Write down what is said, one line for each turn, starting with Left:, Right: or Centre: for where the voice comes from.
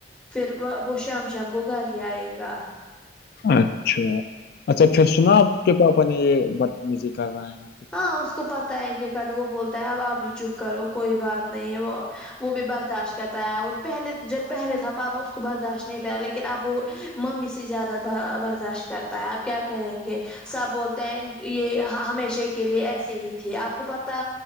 Centre: پھر وہ شام شام کو گھر ہی آئے گا
Left: اچھا اچھا پھر سنا آپ کے پاپا نہ یہ بتمیزی کر رہے ہو
Centre: ہاں اس کو پتا ہے کیا کہتے وہ بولتا ہے اب آپ ہی چپ کرو کوئی بات نہیں ہے وہ وہ بھی برداشت کرتا ہے پہلے جب پہلے تھا پاپا اس کو برداشت نہیں تھا لیکن اب وہ ممی سے زیادہ برداشت کرتا ہے آپ کیا کریں گے سب بولتے ہیں یہ ہمیشہ کے لیے ایسے ہی تھے آپ کو پتا